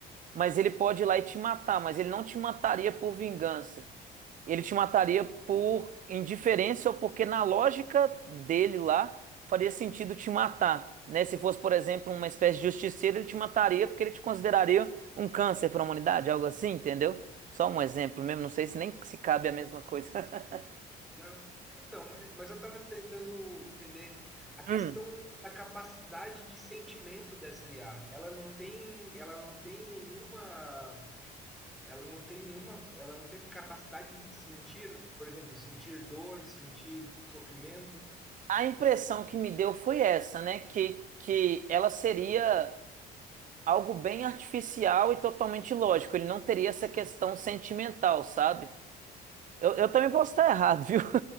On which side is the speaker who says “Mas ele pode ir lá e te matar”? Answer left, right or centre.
Right